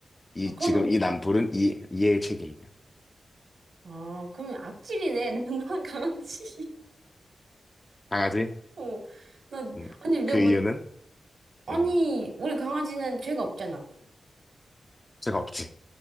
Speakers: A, on the left; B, on the right.
A: 이
B: 아, 그럼,
A: 지금 이 남불은 이 이의 책임이야.
B: 아, 그럼 악질이네. <laughs> 난 난 강아지.
A: 강아지?
B: <laughs> 어, 난,
A: 음,
B: 아니, 근데
A: 그
B: 뭐,
A: 이유는
B: 아니,
A: 음,
B: 우리 강아지는 죄가 없잖아.
A: 죄가 없지.